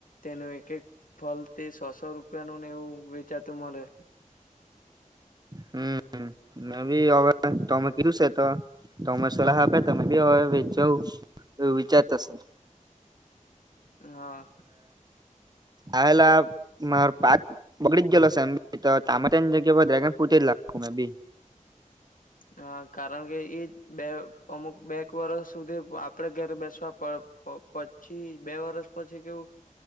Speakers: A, on the left (about 80°); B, on the right (about 30°).
A: તેનું એક એક ફળ તે સોસો રૂપિયા નું ને એવું કે તુ મલે.
B: હમ્મ, મે બી હવે તમે કીધું શે તો તમે સલાહ આપે તો બી હવે વિચા એવું વિચાર તો શે.
A: હા.
B: આવેલા માર પાક બગડી જ ગેલો સે એમ તો તામેતાની જગ્યા પર ડ્રેગન પોતે લાકો મે બી.
A: હા કારણ કે એ બે અમુક બેક વર્ષ સુધી આપડે ઘરે બેસવા પડ પછી બે વર્ષ પછી કેવું